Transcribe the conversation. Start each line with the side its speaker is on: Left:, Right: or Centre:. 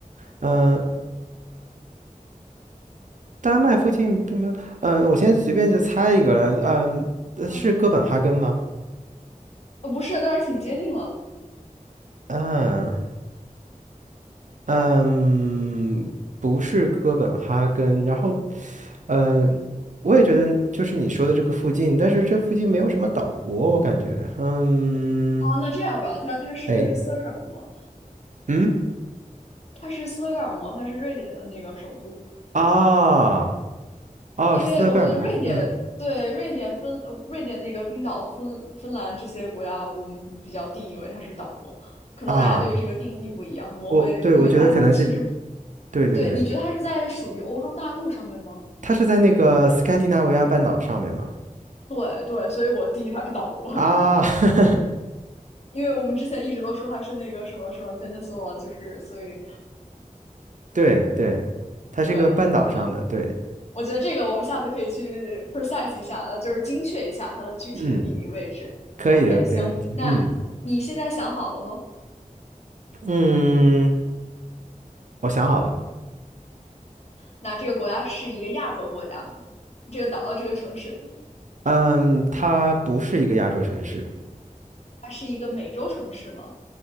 Right: 嗯，丹麦附近并没有，嗯、我先随便就猜一个了，嗯、呃是哥本哈根吗？
Left: 啊，呃不是，但是挺接近了。
Right: 嗯嗯，不是哥本哈根，然后嗯，我也觉得就是你说的这个附近，但是这附近没有什么岛国，我感觉。嗯，
Left: 啊。那这样吧，它它是斯德哥尔摩，
Right: 哎，嗯，
Left: 它是斯德哥尔摩，它是瑞典的那个首都。
Right: 啊，哦，
Left: 因为我觉得瑞典对瑞典芬呃瑞典那个冰岛、
Right: 是斯德哥尔摩。嗯，
Left: 芬芬兰这些国家，我们比较定义为它是岛国，可能大家对于这个定义不一样。
Right: 啊，
Left: 挪威，
Right: 我对我觉得可能是
Left: 因为它它其实不
Right: 对对对，
Left: 对，你觉得它是在属于欧洲大陆上面吗？
Right: 它是在那个斯堪的纳维亚半岛上面嘛。
Left: 对对，所以我定义它是岛国，
Right: 啊，<laughs>
Left: <laughs> 因为我们之前一直都说它是那个什么什么 peninsula，就是所以
Right: 对对，它是一个半岛上的，
Left: 对，行，
Right: 对，
Left: 我觉得这个我们下次可以去 precise 一下，呃，就是精确一下它的具体的地理位置。
Right: 嗯，可以的，
Left: OK，行，
Right: 没问题。
Left: 那你现在想好了吗？
Right: 嗯嗯，我想好了，
Left: 那这个国家是一个亚洲国家吗？这个岛，呃，这个城市，
Right: 嗯，它不是一个亚洲城市，
Left: 它是一个美洲城市吗？